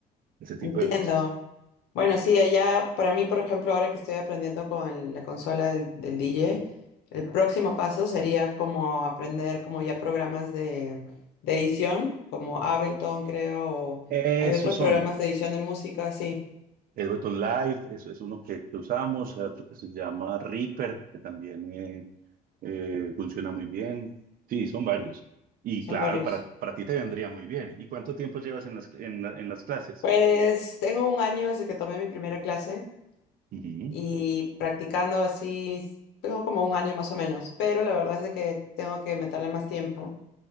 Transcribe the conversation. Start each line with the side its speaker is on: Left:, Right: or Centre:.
Right: ese tipo
Left: Entiendo.
Right: de cosas.
Left: Bueno, sí, allá para mí, por ejemplo, ahora que estoy aprendiendo con la consola del, del DJ, el próximo paso sería como aprender como ya programas de, de edición, como Ableton, creo, o
Right: Esos
Left: hay otros
Right: son.
Left: programas de edición de música, sí,
Right: Ableton Live es, es uno que, que usamos, hay otro que se llama Reaper, que también eh, eh, funciona muy bien. Sí, son varios. Y
Left: son
Right: claro,
Left: varios.
Right: para, para ti te vendría muy bien. ¿Y cuánto tiempo llevas en las, en la- en las clases?
Left: Pues tengo un año desde que tomé mi primera clase
Right: Ujú.
Left: y practicando así, tengo como un año más o menos, pero la verdad es de que tengo que meterle más tiempo